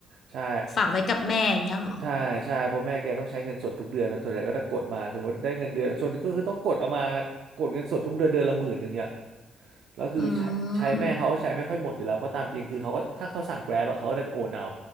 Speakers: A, on the right; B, on the left.
A: ใช่
B: ฝากไว้กับแม่อย่างเงี้ยเหรอ
A: ใช่ใช่เพราะแม่แกต้องใช้เงินสดทุกเดือนนะส่วนใหญ่ก็จะกดมาสมมติได้เงินเดือนส่วนก็คือต้องกดเอามากดเงินสดทุกเดือนเดือนละหมื่นหนึ่ง แล้วคือใช้ใช้แม่เขาก็ใช้ไม่ค่อยหมดอยู่แล้วเพราะตามจริงคือเขาก็ถ้าเขาสั่ง
B: อืม
A: Grab อะเขาก็น่าจะโอนเอา